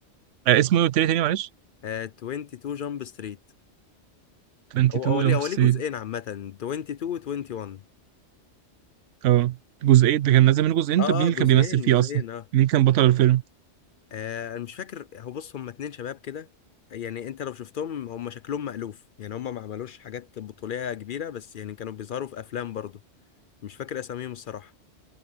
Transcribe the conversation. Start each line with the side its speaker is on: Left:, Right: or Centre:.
Right: آه، اسمه ايه قلت لي تاني معلش
Left: آه 22 جامب ستريت
Right: 22
Left: هو هو ليه
Right: جامب
Left: هو
Right: ستريت
Left: ليه جزئين عامة 22 و 21
Right: اه جزئين ده كان نازل منه جزئين
Left: اه
Right: طب مين
Left: اه
Right: اللي كان
Left: جزئين
Right: بيمثل فيه
Left: جزئين
Right: اصلا
Left: اه
Right: مين كان بطل الفيلم
Left: آه، انا مش فاكر هو بص هم اتنين شباب كده يعني انت لو شفتهم هم شكلهم مألوف يعني هم ما عملوش حاجات بطولية كبيرة بس يعني كانوا بيظهروا في افلام برضو مش فاكر اساميهم الصراحة